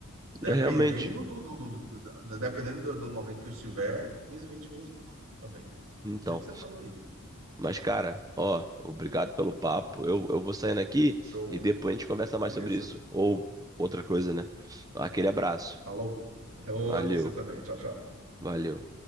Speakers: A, on the right (about 80°); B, on the right (about 15°).
A: Dependendo
B: é, realmente.
A: do, do, do- do- da- dependendo do, do momento que eu estiver, 15, 20 minutos eu pago também.
B: Então,
A: Do jeito que você falou aí.
B: mas cara, ó, obrigado pelo papo. Eu, eu vou saindo aqui
A: Show,
B: e depois a gente conversa
A: beleza.
B: mais sobre isso. Ou outra coisa, né? Aquele abraço.
A: Falou. É outro
B: Valeu,
A: pra você também. Tchau, tchau.
B: valeu.